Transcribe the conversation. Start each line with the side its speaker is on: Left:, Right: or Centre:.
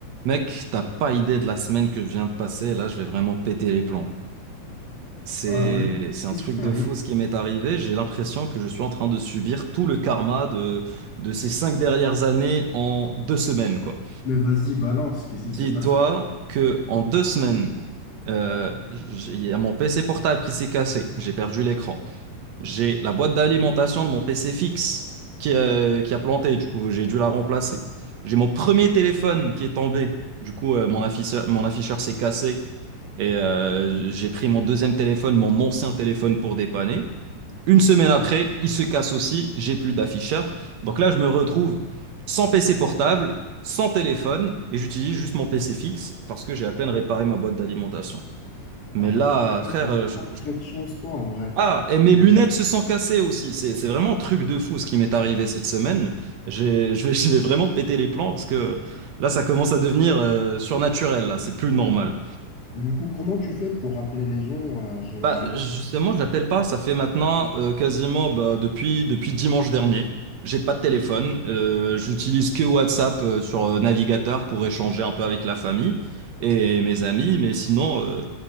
Right: Mec, t'as pas idée de la semaine que je viens de passer. Là, je vais vraiment péter les plombs. C'est,
Left: Ah ouais?
Right: c'est un
Left: Qu'est-ce
Right: truc
Left: qui t'arrive?
Right: de fou ce qui m'est arrivé. J'ai l'impression que je suis en train de subir tout le karma de, de ces cinq dernières années en deux semaines, quoi.
Left: Mais vas-y, balance, qu'est-ce
Right: Dis-toi
Left: qui s'est passé?
Right: que en deux semaines, euh, j'ai- il y a mon PC portable qui s'est cassé. J'ai perdu l'écran. J'ai la boîte d'alimentation de mon PC fixe qui, euh, qui a planté, du coup, j'ai dû la remplacer. J'ai mon premier téléphone qui est tombé, du coup, euh, mon afficheur, mon afficheur s'est cassé et euh, j'ai pris mon deuxième téléphone, mon ancien téléphone pour dépanner. Une semaine après, il se casse aussi, j'ai plus d'afficheur. Donc là, je me retrouve sans PC portable, sans téléphone et j'utilise juste mon PC fixe parce que j'ai à peine réparé ma boîte d'alimentation. Mais
Left: Après,
Right: là, frère,
Left: t'as
Right: euh, je-
Left: pas très de chance, toi, en vrai.
Right: ah, et mes
Left: Bah,
Right: lunettes se sont cassées aussi. C'est, c'est vraiment un truc de fou ce qui m'est arrivé cette semaine. J'ai- je vais, <laughs> je vais vraiment péter les plombs parce que là, ça commence à devenir euh, surnaturel, là. C'est plus normal.
Left: Du coup, comment tu fais pour rappeler les gens, euh, généralement?
Right: Bah, justement, je l'appelle pas. Ça fait maintenant euh, quasiment bah, depuis, depuis dimanche dernier. J'ai pas de téléphone. Euh, j'utilise que WhatsApp euh, sur euh, navigateur pour échanger un peu avec la famille et mes amis. Mais sinon, euh,